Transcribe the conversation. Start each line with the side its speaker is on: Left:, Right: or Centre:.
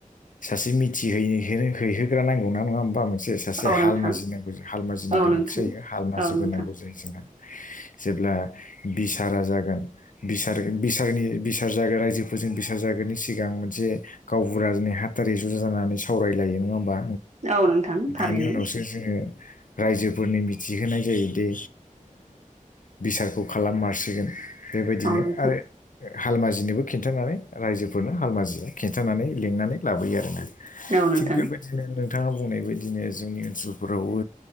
Left: सासे मिथिहै हैहोग्रा नांगौ ना नङा होमबा मोनसे सासे
Right: औ नोंथां
Left: हालमाजि नांगौ हालमाजिनि
Right: औ
Left: गोनांथि
Right: नोंथां
Left: जायो हाल माजिबो
Right: औ नोंथां
Left: नांगौ जायो जोंहा। जेब्ला बिसारा जागोन बिस बिस बिसार जाग रायजोफोरजों बिसार जागोननि सिगां मोनसे गावबुरा दिोंै हाथारै जुजा जानानै सावरायलायो नङा होमा
Right: औ नोंथां थारैनो
Left: बेनि उनावसो जोङो रजो ग फोरनि मिथिहोनाय जायोदि बिसारखौ खालाम मारसिगोन बेबायदिनो
Right: औ नोंथां
Left: आरो हालमा जिनोबो खिन्थानानै रायजोफोरनो हालमा जिया खिन्थानानै लिंनानै लाबोयो आरो ना
Right: औ नोंथां
Left: थिग बेबायदिनो नोंथाङा बुंनाय बायदिनो जोंनि ओनसोलफोरावबो